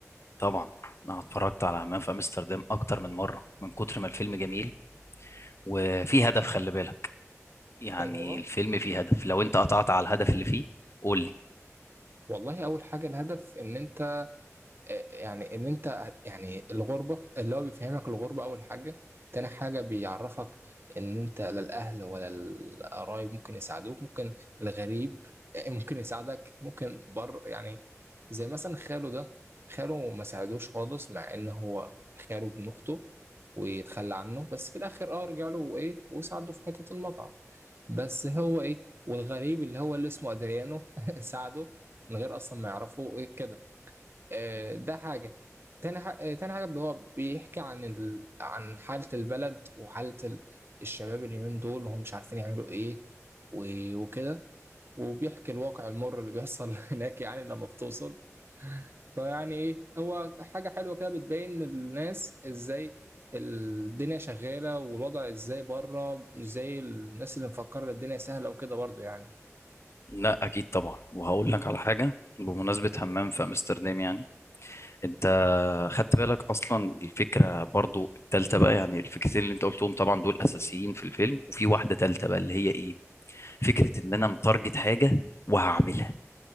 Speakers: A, on the left; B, on the right.
A: طبعا انا اتفرجت على همام في امستردام اكتر من مره من كتر ما الفيلم جميل وفي هدف خلي بالك يعني
B: إيه هو
A: الفيلم فيه هدف لو انت قطعت على الهدف اللي فيه قول لي
B: والله اول حاجه الهدف ان انت آه، يعني ان انت هت- يعني الغربه اللي هو بيفهمك الغربه اول حاجه تاني حاجه بيعرفك ان انت لا الاهل ولا القرايب ممكن يساعدوك ممكن الغريب آه، ممكن يساعدك ممكن بر يعني زي مثلا خاله ده خاله ما ساعدوش خالص مع ان هو خاله ابن اخته ويتخلى عنه بس في الاخر اه رجع له وايه وساعده في حته المطعم بس هو ايه والغريب اللي هو اللي اسمه ادريانو <laughs> ساعده من غير اصلا ما يعرفه ايه كده آه، ده حاجة تاني حاجة تاني حاجة هو بيحكي عن ال... عن حالة البلد وحالة ال... الشباب اليومين دول وهم مش عارفين يعملوا ايه و... وكده وبيحكي الواقع المر اللي بيحصل <laughs> هناك يعني لما بتوصل فيعني ايه هو حاجة حلوة كده بتبين للناس ازاي الدنيا شغالة والوضع ازاي بره مش زي الناس اللي مفكرة الدنيا سهلة وكده برضو يعني
A: لا اكيد طبعا وهقول لك على حاجه بمناسبه همام في امستردام يعني انت خدت بالك اصلا الفكره برضو التالتة بقى يعني الفكرتين اللي انت قلتهم طبعا دول اساسيين في الفيلم وفي واحده تالتة بقى اللي هي ايه فكره ان انا متارجت حاجه وهعملها